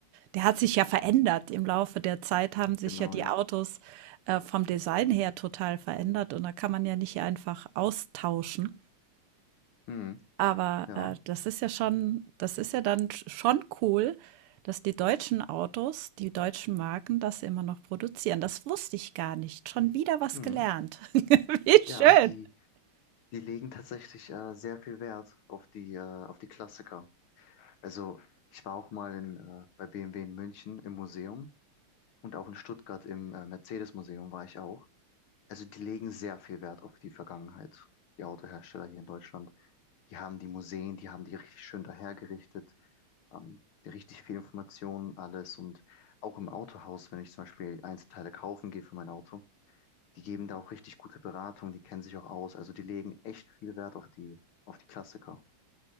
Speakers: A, on the right; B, on the left.
A: der hat sich ja verändert. Im Laufe der Zeit haben sich
B: genau,
A: ja die
B: ja.
A: Autos äh, vom Design her total verändert und da kann man ja nicht einfach austauschen.
B: Hm,
A: Aber,
B: ja.
A: äh, das ist ja schon das ist ja dann sch schon cool, dass die deutschen Autos, die deutschen Marken das immer noch produzieren. Das wusste ich gar nicht. Schon wieder was
B: Hm.
A: gelernt. <laughs> Wie
B: Ja,
A: schön.
B: die, die legen tatsächlich äh, sehr viel Wert auf die, äh, auf die Klassiker. Also ich war auch mal in, äh, bei BMW in München im Museum und auch in Stuttgart im äh, Mercedes-Museum war ich auch. Also die legen sehr viel Wert auf die Vergangenheit, die Autohersteller hier in Deutschland. Die haben die Museen, die haben die richtig schön dahergerichtet, ähm, die richtig viel Informationen, alles. Und auch im Autohaus, wenn ich zum Beispiel Einzelteile kaufen gehe für mein Auto, die geben da auch richtig gute Beratung, die kennen sich auch aus. Also die legen echt viel Wert auf die, auf die Klassiker.